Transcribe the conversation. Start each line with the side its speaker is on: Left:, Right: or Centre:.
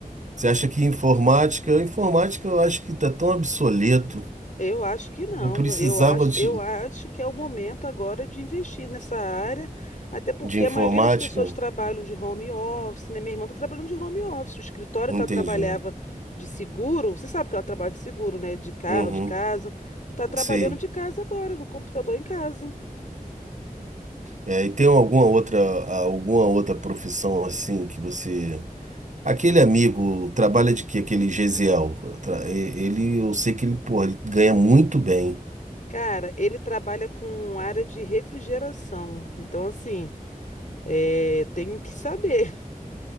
Right: você acha que informática? Informática eu acho que está tão obsoleto.
Left: Eu acho que não.
Right: Eu precisava
Left: Eu acho,
Right: de,
Left: eu acho que é o momento agora de investir nessa área, até porque
Right: de informática.
Left: a maioria das pessoas trabalham de home office, né? Minha irmã está trabalhando de home office. O escritório
Right: Entendi.
Left: que ela trabalhava de seguro, você sabe que ela trabalha de seguro, né? De carro,
Right: Uhum,
Left: de casa. Tá trabalhando
Right: sei.
Left: de casa agora, no computador em casa.
Right: É, e tem alguma outra, alguma outra profissão assim que você. Aquele amigo trabalha de quê? Aquele Gesiel. Tra- e- Ele, eu sei que ele, porra, ele ganha muito bem.
Left: Cara, ele trabalha com área de refrigeração. Então, assim, é, tem que saber,